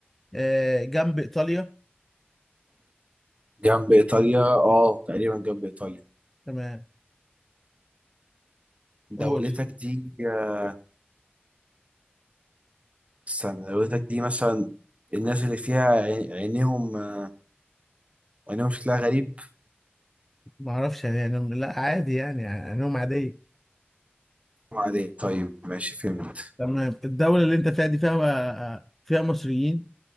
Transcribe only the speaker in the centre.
آه، جنب إيطاليا
تمام
قول
معرفش يعني يعني لا عادي يعني علوم عادية
تمام الدولة اللي أنت فيها دي فيها آه، آه، فيها مصريين